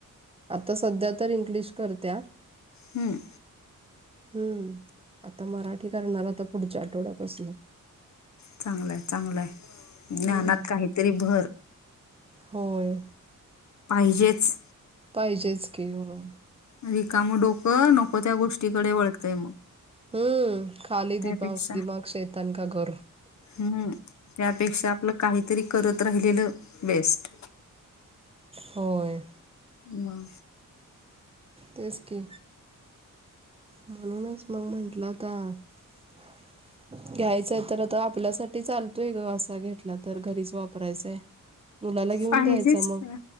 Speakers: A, on the right; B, on the left.
A: आता सध्या तर इंग्लिश करत्या.
B: हम्म
A: हम्म आता मराठी करणार आता पुढच्या आठवड्यापासून.
B: चांगलंय चांगलंय ज्ञानात
A: हम्म.
B: काहीतरी भर.
A: होय.
B: पाहिजेच.
A: पाहिजेच की हो.
B: रिकाम डोकं नको त्या गोष्टीकडे वळतंय मग.
A: हम्म खाली
B: त्यापेक्षा
A: दिमाक दिमाग शैतान का घर.
B: हम्म त्यापेक्षा आपलं काहीतरी करत राहिलेलं बेस्ट.
A: होय
B: म
A: तेच की म्हणूनच मग म्हंटलं आता <inaudible> घ्यायचंय तर आता आपल्यासाठी चालतोय ग असा घेतला तर, घरीच वापरायचंय. मुलाला घेऊन
B: पाहिजेच
A: द्यायचा मग
B: का